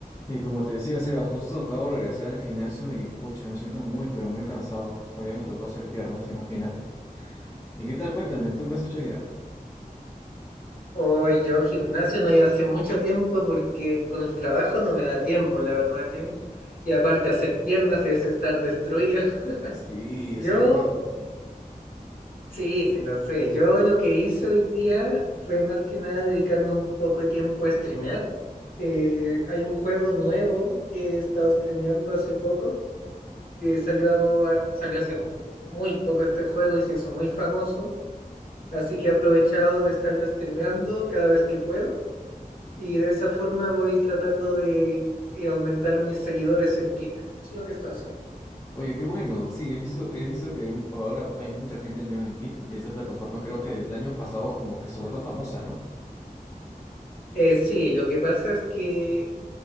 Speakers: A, on the left; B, on the left.
A: Y como te decía, Sebas, justo acabo de regresar al gimnasio y pucha, me siento muy, pero muy cansado. Hoy día me tocó hacer piernas, imagínate. ¿Y qué tal? Cuéntame, ¿tú qué has hecho hoy día?
B: Hoy yo gimnasio no iba hace mucho tiempo porque con el trabajo no me da tiempo, la verdad, James. Y aparte hacer piernas es estar destruido. <laughs>
A: Sí,
B: Yo,
A: es horrible.
B: sí, sí, lo sé. Yo lo que hice hoy día fue más que nada dedicarme un poco de tiempo a streamear. Eh, hay un juego nuevo que he estado streameando hace poco, que salió, a- salió hace muy poco este juego y se hizo muy famoso. Así que he aprovechado de estarlo streameando cada vez que puedo. Y de esa forma voy tratando de eh, aumentar mis seguidores en Kick. Eso es lo que estoy haciendo.
A: Oye, qué bueno. Sí, he visto, he visto que hay mu- ahora hay mucha gente nueva en Kit y esa plataforma creo que desde el año pasado como que se ha vuelto famosa, ¿no?
B: Eh, sí, lo que pasa es que